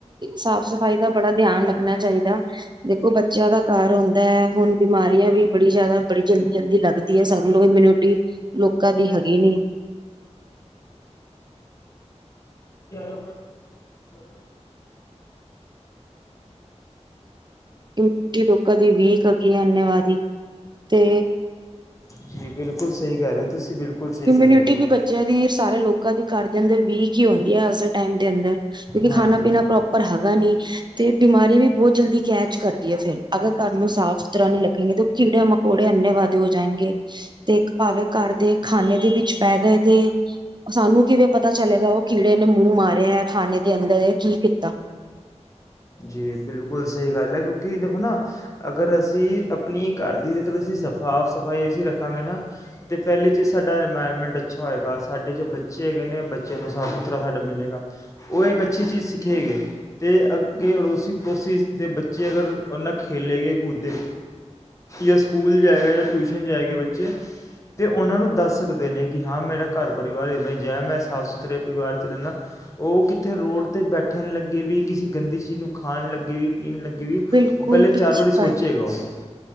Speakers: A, on the right; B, on the left.
A: ਸਾਫ਼ ਸਫ਼ਾਈ ਦਾ ਬੜਾ ਧਿਆਨ ਰੱਖਣਾ ਚਾਹੀਦਾ ਦੇਖੋ ਬੱਚਿਆਂ ਦਾ ਘਰ ਹੁੰਦਾ ਹੈ ਹੁਣ ਬਿਮਾਰੀਆਂ ਵੀ ਬੜੀ ਜ਼ਿਆਦਾ ਬੜੀ ਜਲਦੀ ਜਲਦੀ ਲੱਗਦੀ ਹੈ ਸਗੋਂ ਇਮਿਊਨਿਟੀ ਲੋਕਾਂ ਦੀ ਹੈਗੀ ਨੀ
B: ਖ ਆ <inaudible>
A: ਇਮਿਊਨਟੀ ਲੋਕਾਂ ਦੀ ਵੀਕ ਹੈੱਗੀ ਹੈ ਅੰਨਵਾੀ ਤੇ
B: ਜੀ ਬਿਲਕੁਲ ਸਹੀ ਕਹਿ ਰਹੇ ਹੋ ਤੁਸੀ ਬਿਲਕੁਲ ਸਹੀ
A: ਇਮਿਊਨਿਟੀ
B: ਕਹਿ ਰਹੇ ਹੋ ਜੀ
A: ਵੀ ਬੱਚਿਆਂ ਦੀ ਸਾਰੇ ਲੋਕ ਕਦੀ ਘਰ ਦੇ ਅੰਦਰ ਵੀਕ ਹੀ ਹੁੰਦੀ ਹੈ ਉਸਦੇ ਟਾਈਮ ਦੇ ਅੰਦਰ ਕਿਉਂਕਿ ਖਾਣਾ
B: ਹਾਂਜੀ
A: ਪੀਣਾ ਪ੍ਰੋਪਰ ਹੈਗਾ ਨਹੀਂ ਤੇ ਬਿਮਾਰੀ ਵੀ ਬਹੁਤ ਜਲਦੀ ਕੈਚ ਕਰਦੀਏ ਫੇਰ ਰ ਅਗਰ ਘਰ ਨੂੰ ਸਾਫ਼ ਸੁਥਰਾ ਨੀ ਰੱਖੇਗੀ ਤੇ ਕੀੜੇ ਮਕੌੜੇ ਅੰਨੇ ਵਾਧਦੇ ਹੋ ਜਾਏਗੇ ਤੇ ਭਾਵੇਂ ਘਰ ਦੇ ਖਾਨੇ ਦੇ ਵਿੱਚ ਪੈ ਗਏ ਤੇ ਸਾਨੂੰ ਕਿਵੇਂ ਪਤਾ ਚਲੇਗਾ ਉਹ ਕੀੜੇ ਨੇ ਮੂੰਹ ਮਾਰਿਆ ਹੈ ਖਾਨਣੇ ਦੇ ਅੰਦਰ ਇਹ ਕੀ ਕੀਤਾ
B: ਜੀ ਬਿਲਕੁਲ ਸਹੀ ਗੱਲ ਹੈ ਕਿਉਂਕਿ ਦੇਖੋ ਨਾ ਅਗਰ ਅਸੀਂ ਆਪਣੀ ਘਰ ਦੀ ਅਗਰ ਅਸੀਂ ਸ ਸਾਾਫ ਸਫਾਈ ਅਸੀਂ ਰੱਖਾਂਗੇ ਨਾ ਤਾਂ ਪਹਿਲੇ 'ਚ ਸਾਡਾ ਇਨਵਾਇਰਮੈਂਟ ਅੱਛਾ ਹੋਏਗਾ ਸਾਡੇ ਜੋ ਬੱਚੇ ਹੈਗੇ ਨੇ ਬੱਚਿਆਂ ਨੂੰ ਸਾਫ ਸੁਥਰਾ ਸਾਡਾ ਮਿਲੇਗਾ ਉਹ ਇੱਕ ਅੱਛੀ ਚੀਜ਼ ਸਿੱਖੇਗੇ ਤੇ ਅਤੇ ਅੜੋਸੀ ਪੜੋਸੀ ਦੇ ਬੱਚੇ ਅਗਰ ਉਹਨਾਂ ਖੇਲੇ ਗਏ ਕੂਦੇਏ ਜਾਂ ਸਕੂਲ ਜਾਏਗਾ ਜਾਂ ਟਿਊਸ਼ਨ ਜਾਏਗੀ ਬੱਚੇ ਤਾਂ ਉਹਨਾਂ ਨੂੰ ਦੱਸ ਸਕਦੇ ਨੇ ਕਿ ਹਾਂ ਮੇਰਾ ਘਰ ਪਰਿਵਾਰ ਇਵੇਂ ਜ ਮੈਂ ਸਾਫ਼ ਸੁਥਰੇ ਪਰਿਵਾਰ 'ਚ ਰਹਿੰਦਾ ਉਹ ਕਿੱਥੇ ਰੋਡ 'ਤੇ ਬੈਠਣ ਲੱਗੇ ਵੀ ਕਿਸੇ ਗੰਦੀ ਕਿਸੀ ਨੂੰ ਖਾਣ ਲੱਗੇ ਵੀ ਪੀਣ ਲੱਗੇ ਵੀ
A: ਬਿਲਕੁਲ
B: ਉਹ ਪਹਿਲੇ ਚਾਰ
A: ਪਿੱਛੇ
B: ਵਾਰੀ ਸੋਚੇਗਾ ਉਹ